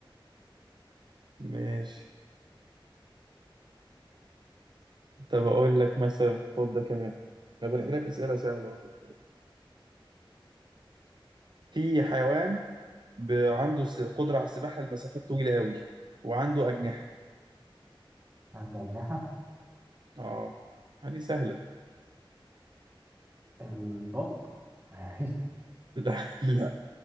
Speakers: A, on the right; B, on the right.
A: ماشي طب أقول لك مثلا خد ده كمان أنا بنقي لك أسئلة سهلة وصلت في حيوان ب- عنده س- قدرة على السباحة لمسافات طويلة قوي وعنده أجنحة
B: عندنا
A: اه دي سهلة دي <laughs>
B: البط <laughs>
A: لا لا